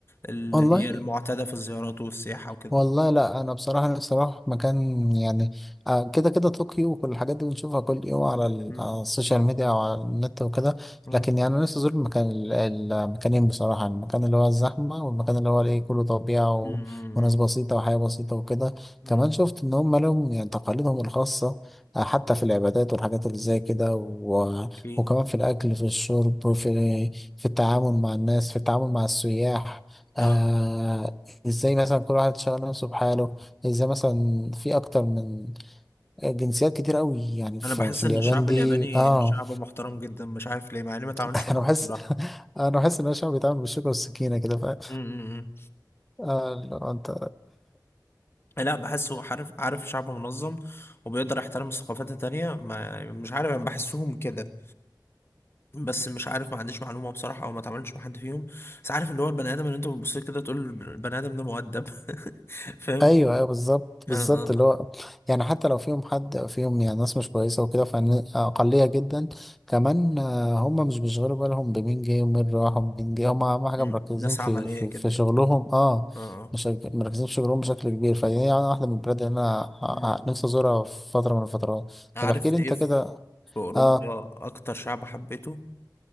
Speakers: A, on the left (about 35°); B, in the centre.
A: اللي
B: والله
A: هي المعتادة في الزيارات والسياحة وكده
B: والله لا انا بصراحه نفسي اروح مكان يعني آه، كده كده طوكيو وكل الحاجات دي بنشوفها كل يوم على ال-
A: مم.
B: على السوشيال ميديا او على النت وكده
A: مم.
B: لكن يعني انا نفسي ازور المكان ال- المكانين بصراحه يعني المكان اللي هو الزحمه والمكان اللي هو الايه كله طبيعه و-
A: مم.
B: وناس بسيطه وحياه بسيطه وكده
A: مم.
B: كمان شفت ان هم لهم يعني تقاليدهم الخاصه آه، حتى في العبادات والحاجات اللي زي كده و...
A: اكيد
B: وكمان في الاكل في الشرب في في التعامل مع الناس في التعامل مع السياح آه،
A: اه
B: ازاي مثلا كل واحد شغال نفسه بحاله ازاي مثلا في اكتر من جنسيات كتير قوي يعني في,
A: انا بحس
B: في اليابان
A: ان الشعب
B: دي
A: الياباني
B: اه
A: شعب محترم جدا مش عارف ليه مع اني ما اتعاملتش
B: <laughs>
A: معاهم
B: انا بحس
A: بصراحة
B: انا بحس ان الشعب بيتعامل بالشوكة والسكينة كده فاهم
A: مم.
B: آه لو انت
A: لا بحسه عارف عارف شعب منظم وبيقدر يحترم الثقافات التانية ما مش عارف انا بحسهم كده بس مش عارف ما عنديش معلومة بصراحة او ما اتعاملتش مع حد فيهم بس عارف اللي هو البني ادم اللي انت بتبص له كده تقول البني ادم ده مؤدب <laughs> فاهم
B: ايوه ايوه بالظبط بالظبط
A: اه اه آه.
B: اللي هو يعني حتى لو فيهم حد فيهم يعني ناس مش كويسه وكده فاقليه جدا كمان آه، هم مش بيشغلوا بالهم بمين جه ومين راح ومين جه هم اهم حاجه
A: مم.
B: مركزين
A: ناس
B: في
A: عملية
B: في,
A: جدا
B: في شغلهم اه
A: اه آه.
B: مش مركزين في شغلهم بشكل كبير فهي يعني واحده من البلاد اللي انا آه،
A: مم.
B: آه، نفسي ازورها في فتره من الفترات
A: عارف
B: طب احكي لي
A: ايه
B: انت
A: في
B: كده
A: في اوروبا
B: اه
A: اكتر شعب حبيته